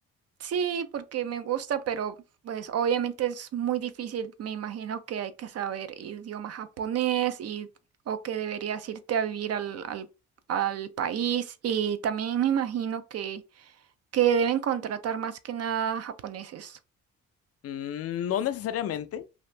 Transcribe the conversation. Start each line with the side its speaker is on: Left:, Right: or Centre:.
Right: Sí, porque me gusta, pero pues obviamente es muy difícil. Me imagino que hay que saber idioma japonés y o que deberías irte a vivir al, al, al país. Y también me imagino que, que deben contratar más que nada japoneses.
Left: Mm, no necesariamente.